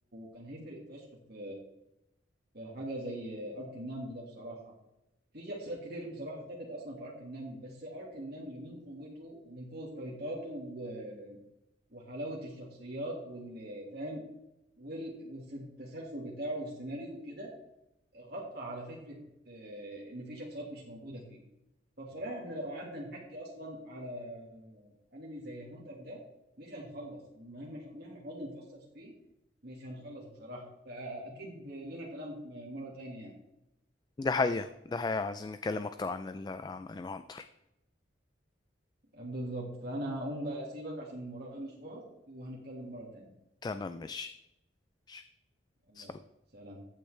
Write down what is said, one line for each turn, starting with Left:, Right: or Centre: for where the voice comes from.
Right: كان هيفرق فشخ في في حاجه زي ارك النمل ده بصراحه في شخصيات كتير بصراحه اختفت اصلا في ارك النمل بس ارك النمل من قوته ومن قوه فايطاته و... وحلاوه الشخصيات والفهم وال- والتسلسل بتاعه والسيناريو وكده غطى على فكره آه، ان في شخصيات مش موجوده فيه فبصراحه احنا لو قعدنا نحكي اصلا على انمي زي هانتر ده مش هنخلص مهما مهما حاولنا نفصص فيه مش هنخلص بصراحه فاكيد لنا كلام مره تانية يعني
Left: ده حقيقة ده حقيقة عايزين نتكلم اكتر عن ال... عن انمي هانتر
Right: بالظبط فانا هقوم بقى اسيبك عشان ورايا مشوار وهنتكلم مره تانية
Left: تمام ماشي ماشي.
Right: يلا
Left: سلام
Right: سلام